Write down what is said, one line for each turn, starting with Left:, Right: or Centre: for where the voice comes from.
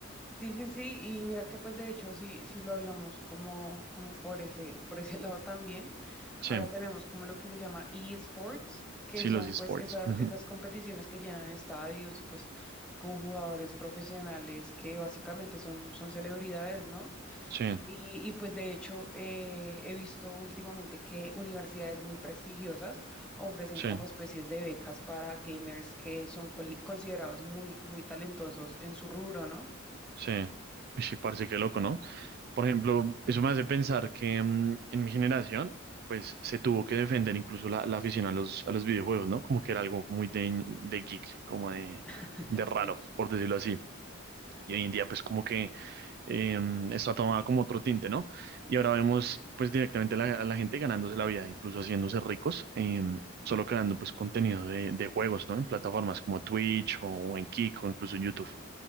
Centre: Sí, sí, sí, y mira que pues de hecho sí, sí lo hablamos como, como por ese, por ese <laughs> lado también.
Right: Sí,
Centre: Ahora tenemos como lo que se llama eSports, que
Right: sí,
Centre: son
Right: los esports.
Centre: pues esa-
Right: Ujú.
Centre: esas competiciones que llenan estadios y pues con jugadores profesionales que básicamente son, son celebridades, ¿no?
Right: Sí,
Centre: Y, y, pues de hecho eh, he visto últimamente que universidades muy prestigiosas ofrecen
Right: sí,
Centre: como especies de becas para gamers que son coli- considerados muy, muy talentosos en su rubro, ¿no?
Right: sí. Uy, Sí, parece que loco, ¿no? Por ejemplo, eso me hace pensar que mm, en mi generación, pues se tuvo que defender incluso la, la afición a los, a los videojuegos, ¿no? Como que era algo muy de, de geek, como de,
Centre: <laughs>
Right: de
Centre: Sí.
Right: raro, por decirlo así. y hoy en día pues como que eh, está tomada como otro tinte, ¿no? Y ahora vemos pues directamente a la, a la gente ganándose la vida, incluso haciéndose ricos, eh, solo creando pues contenido de, de juegos, ¿no? En plataformas como Twitch o, o en Kick o incluso en YouTube.